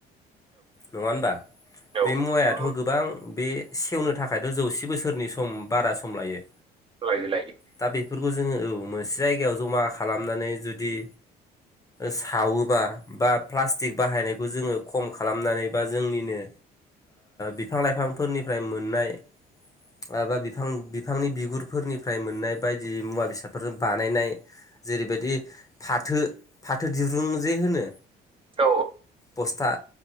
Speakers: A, on the left; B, on the right.
A: नङा होनबा
B: औ
A: बे मुवायाथ'
B: औ
A: गोबां बे। सेवनो थाखायथ' जौसे बोसोरनि सम बारा सम लायो।
B: होलाइ होलाइ।
A: दा बेफोरखौ जोङो औ मोनसे जायगायाव जमा खालामनानै जुदि। सावोब्ला बा प्लास्टिक बाहायनायखौ जोङो खम खालाम। खालामनानै बा जोंनिनो बिफां लाइफांफोरनिफ्राय मोननाय। माबा बिफां बिफांनि बिगुरफोरनिफ्राय मोननाय बायदि मुवा बेसादफोरजों बानायनाय। जेरैबायदि फाथो फाथो दिरुंजे होनो।
B: औ
A: बस्था।